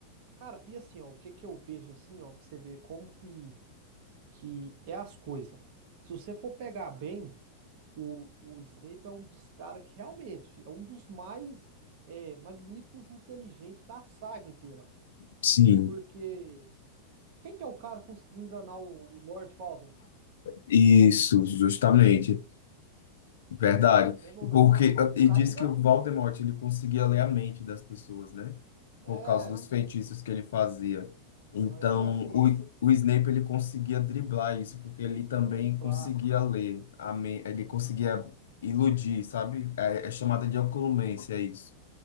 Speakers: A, on the right; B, on the left.
A: Cara, e assim, ó, o que que eu vejo assim, ó, pra você ver como que que é as coisas. Se você for pegar bem, o, o Snape é um dos caras que realmente é um dos mais é, magníficos e inteligentes da saga inteira.
B: Sim.
A: Porque quem que é o cara que conseguiu enganar o, o Lord Voldemort?
B: Isso, justamente, verdade.
A: Querendo ou não?
B: Porque ah,
A: O
B: e
A: cara
B: diz
A: enganou.
B: que o Voldemort ele conseguia ler a mente das pessoas, né?
A: É.
B: Por causa dos feitiços que ele fazia. Então,
A: aham, então, assim,
B: o, o Snape ele conseguia driblar isso, porque ele também
A: driblar.
B: conseguia ler a men- ele conseguia
A: Aham,
B: iludir, sabe? É, é chamada de ocultância
A: aham,
B: isso.